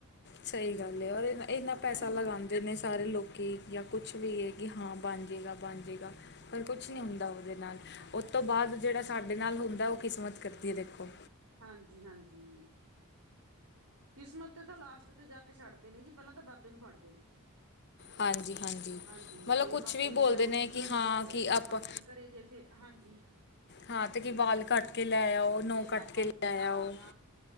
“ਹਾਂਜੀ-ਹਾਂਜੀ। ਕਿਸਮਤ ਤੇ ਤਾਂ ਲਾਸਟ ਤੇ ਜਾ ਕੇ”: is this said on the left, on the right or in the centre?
Right